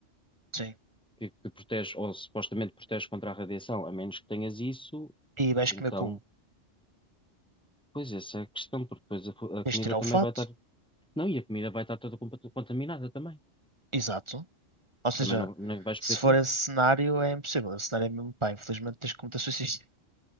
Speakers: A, on the right; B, in the centre.
A: Sim.
B: que, que protege, ou supostamente protege contra a radiação, a menos que tenhas isso,
A: E vais
B: então,
A: comer como?
B: pois essa é a questão, porque depois a, fu- a
A: Tens
B: comida
A: de tirar
B: também
A: o fato.
B: vai estar. Não, e a comida vai estar toda com- contaminada também.
A: Exato. Ou seja,
B: Também não, não vais
A: se
B: poder
A: for
B: comer.
A: esse cenário, é impossível. Esse cenário é mesmo, pá, infelizmente tens que cometer suicídio.